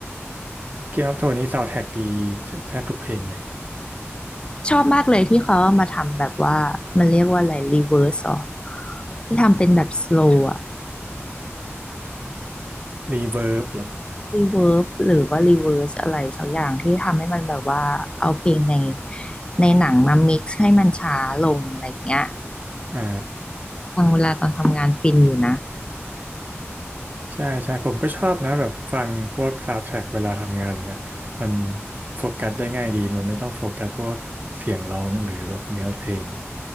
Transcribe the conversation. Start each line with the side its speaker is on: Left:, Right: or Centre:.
Right: เกมอ of โท r นี้ซาวด์แทร็กดีแทบทุกเพลงเลย
Left: ชอบมากเลยที่เขาเอามาทำแบบว่ามันเรียกว่าอะไร reverse สหรสออที่ทำเป็นแบบ slow อะ
Right: Reverb หรอ
Left: reverb หรือว่า reverse อะไรสักอย่างที่ทำให้มันแบบว่าเอาเพลงในในหนังมา mix ให้มันช้าลงอะไรอย่างเงี้ย
Right: อ่า
Left: ฟังเวลาตอนทำงานฟินอยู่นะ
Right: ใช่ใช่ผมก็ชอบนะแบบฟังพวกซาวด์แทร็กเวลาทำงานอย่างเงี้ยมันโฟกัสได้ง่ายดี มันไม่ต้องโฟกัสพวกเสียงร้องหรือแบบเนื้อเพลง